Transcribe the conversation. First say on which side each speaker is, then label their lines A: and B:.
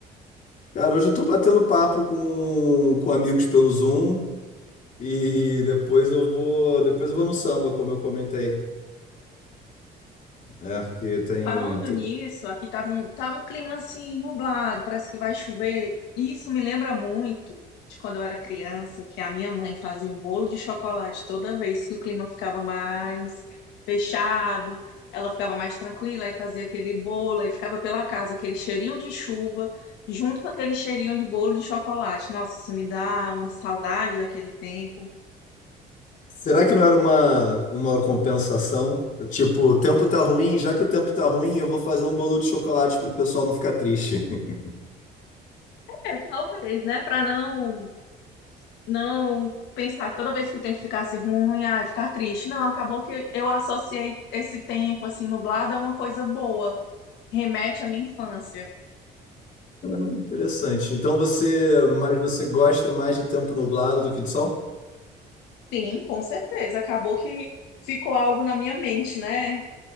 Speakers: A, on the left (about 50°); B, on the left (about 90°).
A: Cara, hoje eu tô batendo papo com, com amigos pelo Zoom e depois eu vou, depois eu vou no samba, como eu comentei. É, é, que tem,
B: Falando
A: tem-
B: nisso, aqui tava um, tá um clima assim nublado, parece que vai chover. Isso me lembra muito de quando eu era criança, que a minha mãe fazia um bolo de chocolate toda vez que o clima ficava mais fechado, ela ficava mais tranquila e fazia aquele bolo, aí ficava pela casa aquele cheirinho de chuva, junto com aquele cheirinho de bolo de chocolate. Nossa, isso me dá uma saudade daquele tempo.
A: Será que não era uma, uma compensação? Tipo, o tempo tá ruim, já que o tempo tá ruim, eu vou fazer um bolo de chocolate pro pessoal não ficar triste. <laughs>
B: É, talvez, né? Para não não pensar que toda vez que o tempo ficasse ruim, ai, ficar triste. Não, acabou que eu associei esse tempo assim nublado a uma coisa boa, remete à minha infância.
A: Interessante. Então você, mas você gosta mais de tempo nublado do que de sol?
B: Sim, com certeza, acabou que ficou algo na minha mente, né?